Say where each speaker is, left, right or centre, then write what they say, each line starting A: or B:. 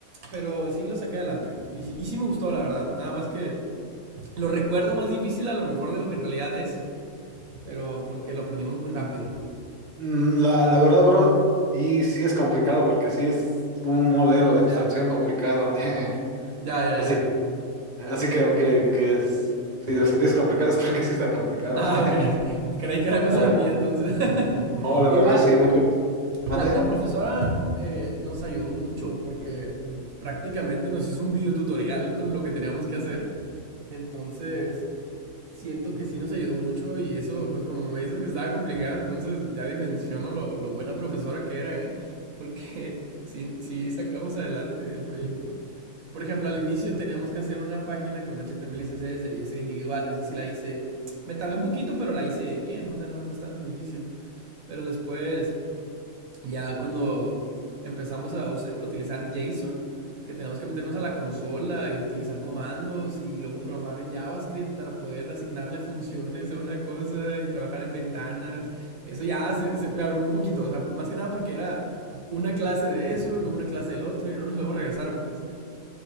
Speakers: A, on the right (about 75°); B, on the right (about 30°).
A: pero sí lo saqué adelante y, y sí me gustó, la verdad. Nada más que... Lo recuerdo más difícil a lo mejor de lo que en realidad es, pero porque lo aprendimos muy rápido.
B: Mm, La, la verdad, bro, sí, sí es complicado porque sí es un modelo
A: Mm,
B: de abstracción
A: ya,
B: complicado. <laughs>
A: ya, ya,
B: Así
A: ya.
B: que, así que aunque que es- si lo sentís complicado es porque sí está complicado.
A: Ah,
B: <laughs>
A: ok. <laughs> Creí que era cosa
B: A ver,
A: mía entonces. <laughs>
B: No, la
A: Igual,
B: verdad, sí, mucho. ¿Mande?
A: la, la profesora eh, nos ayudó mucho porque prácticamente nos hizo un videotutorial con lo que teníamos que hacer. Entonces, siento que sí nos ayudó mucho y eso, pues como me dices que estaba complicado, entonces ya dimensiono lo, lo buena profesora que era, ¿eh? <laughs> Porque sí, sí sacamos adelante el proyecto. Por ejemplo, al inicio teníamos que hacer una página con HTML y CSS y ser individual. Esa sí la hice. Me tardé un poquito, pero la hice bien. O sea, no, no está tan difícil. Pero después, ya cuando empezamos a usa- utilizar JSON, que tenemos que meternos a la consola y utilizar comandos y luego programar en JavaScript para poder asignarle funciones a una cosa y trabajar en ventanas. Eso ya se, se- me abrumó un poquito, o sea, más que nada porque era una clase de eso, luego una clase del otro y no nos podemos regresar, pues.